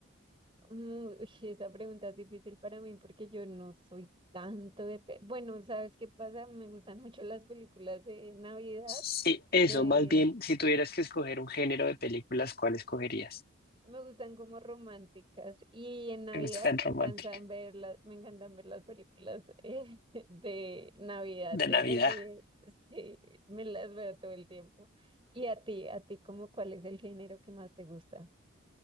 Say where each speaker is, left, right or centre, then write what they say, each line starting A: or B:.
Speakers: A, on the right; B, on the left.
A: Mm, uy, esa pregunta es difícil para mí porque yo no soy tanto de... pe- Bueno, ¿sabes qué pasa? Me gustan mucho las películas de Navidad
B: sí, eso,
A: de
B: más bien, si tuvieras que escoger un género de películas, ¿cuál escogerías?
A: me gustan como románticas y en Navidad
B: Me gustan
A: me
B: románticas.
A: encantan ver las, me encantan ver las películas eh, <laughs> de Navidad,
B: de
A: de
B: Navidad.
A: esas de sí, me las veo todo el tiempo. Y a ti, a ti cómo cuál es el género que más te gusta?